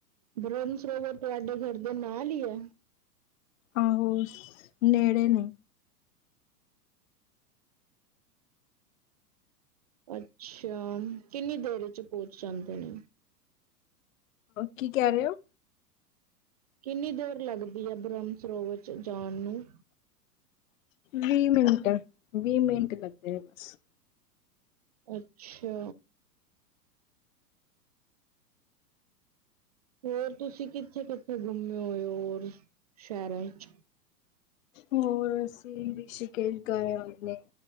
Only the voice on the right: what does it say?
ਬਰਮ ਸਰੋਵਰ ਤੁਹਾਡੇ ਘਰ ਦੇ ਨਾਲ ਈ ਐ
ਅੱਛਾ ਕਿੰਨੀ ਦੇਰ ਚ ਪੌਚ ਜਾਂਦੇ ਔ
ਕਿੰਨੀ ਦੇਰ ਲੱਗਦੀ ਐ ਬ੍ਰਹਮ ਸਰੋਵਰ ਚ ਜਾਨ ਨੂੰ।
ਅੱਛਾ ਹੋਰ ਤੁਸੀਂ ਕਿੱਥੇ-ਕਿੱਥੇ ਘੂੰਮੇ ਹੋਏ ਓ ਹੋਰ ਸ਼ਹਿਰਾਂ ਚ